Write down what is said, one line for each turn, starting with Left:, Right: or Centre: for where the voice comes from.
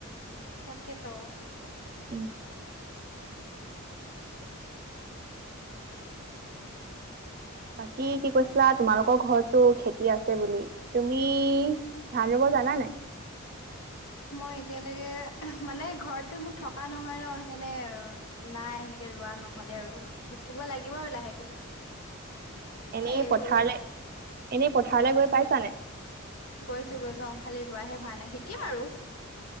Left: তাকেতো
Right: উম '। বাকী কি কৈছিলা তোমালোকৰ ঘৰতটো খেতি আছে বুলি। তুমি ধান ৰুব জনানাই?
Left: মই এতিয়ালৈকে মানে ঘৰতকে মোৰ থকা নহয় ন সেইকাৰণে নাই সেনেকে ৰোৱা নহলে আৰু। শিকিব লাগিব আৰু লাহেকে।
Right: এনেই
Left: এ এইবোৰ
Right: পথাৰলৈ এনে পথাৰলৈ
Left: উম
Right: গৈ পাইছানাই?
Left: গৈছো গৈছো অ' খালি ৰোৱাহে হোৱা নাই। শিকিম আৰু